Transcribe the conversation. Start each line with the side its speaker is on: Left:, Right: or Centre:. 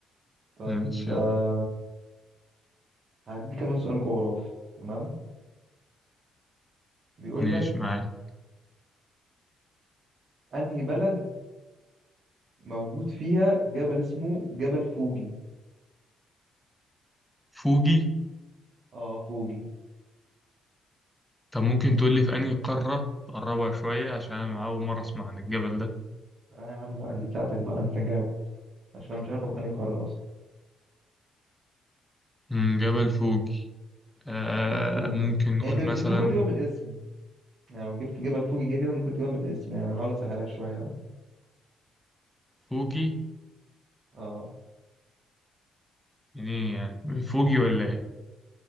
Right: طيب
Centre: ماشي
Right: آه،
Centre: يلا
Right: هديك كمان سؤال جغرافي تمام بيقول
Centre: ماشي
Right: لك
Centre: معاك
Right: انهي بلد موجود فيها جبل اسمه جبل فوجي
Centre: فوجي
Right: اه فوجي
Centre: طب ممكن تقول لي في أنهي قارة تقربها شوية عشان أنا أول مرة أسمع عن الجبل ده
Right: آه يا عم لا دي بتاعتك بقى انت جاوب عشان أنا مش عارفه في انهي قاره اصلا
Centre: مم، جبل فوجي آه
Right: جبل فوجي
Centre: ممكن
Right: يعني
Centre: نقول
Right: انت
Centre: مثلا
Right: انت ممكن تجيبها من الاسم يعني لو جبت جبل فوجي كده ممكن تجيبها من الاسم يعني أنا بحاول اسهلها لك شويه أهو.
Centre: فوجي
Right: اه
Centre: منين يعني من فوجي ولا إيه